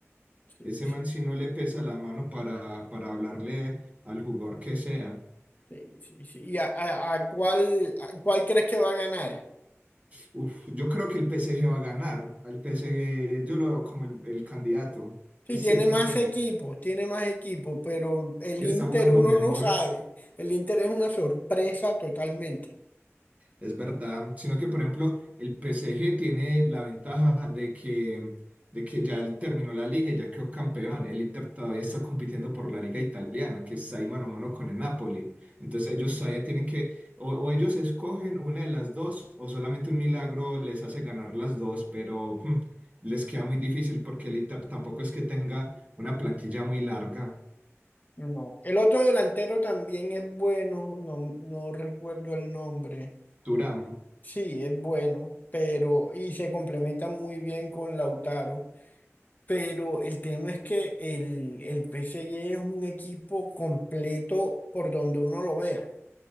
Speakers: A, on the left; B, on the right.
A: Sí,
B: ese
A: sí,
B: man sí no le pesa la mano para, para hablarle al jugador que sea.
A: sí, sí, sí. ¿Y a, a- a cuál, a cuál crees que va a ganar?
B: Uf, yo creo que el PSG va a ganar. El PSG, yo lo veo como el, el candidato.
A: Sí,
B: No sé
A: tiene
B: quién
A: más
B: cree.
A: equipo, tiene más equipo, pero el
B: Está
A: Inter
B: jugando
A: uno
B: mejor.
A: no sabe. El Inter es una sorpresa totalmente.
B: Es verdad, sino que por ejemplo el P S G tiene la ventaja de que, de que ya él terminó la liga y ya quedó campeón. El Inter todavía está compitiendo por
A: Sí.
B: la liga italiana, que está ahí mano a mano con el Napoli. Entonces ellos todavía tienen que, o, o ellos escogen una de las dos, o solamente un milagro les hace ganar las dos, pero hmm, les queda muy difícil porque el Inter tampoco es que tenga una plantilla muy larga.
A: No. El otro delantero también es bueno, no, no recuerdo el nombre.
B: Durán,
A: Sí, es bueno, pero y se complementa muy bien con Lautaro, pero el tema es que el, el P S G es un equipo completo por donde uno lo vea.